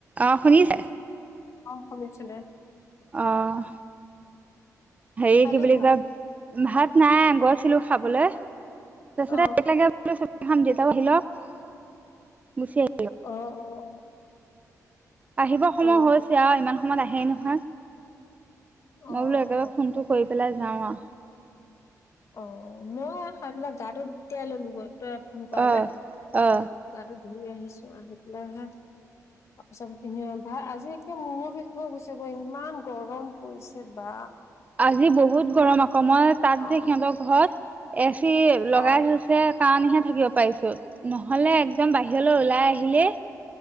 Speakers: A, on the right; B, on the left.
A: অঁ শুনিছে।
B: অ শুনিছো দে।
A: অঁ। হেৰি
B: খালি
A: কি বুলি
B: ভাত
A: কয় ভাত নাই গৈছিলো খাবলে। তাৰছতে
B: অ
A: খাম যে আহ ল <inaudible> গুচি আ।
B: অ অ অ।
A: আহিব সময়
B: অ
A: হৈছে আৰু ইমান সময়ত আহেই নহয় মই
B: অ
A: বোলো
B: অ
A: একেবাৰে
B: অ
A: ফোনটো। কৰি পেলাই যাওঁ আও।
B: অ মই খাইপেলাই গাটো তিয়াই ললোগৈ তই ফোন কৰালে।
A: অ অ
B: গাটো ধুই আহিছো আহি পেলাই হে। কাপোৰ চাপোৰ পিন্ধি আহ ভা আজি একে মূৰ বিষ হৈ গৈছে গ ইমান গৰম পৰিছে বা।
A: আজি বহুত গৰম আকৌ মই তাত
B: অ
A: যে সিহঁতৰ ঘৰত এ চি লগাই
B: অ
A: থৈছ। ছে কাৰণেহে থাকিব পাৰিছোঁ নহ'লে একদম বাহিৰলৈ ওলাই আহিলে।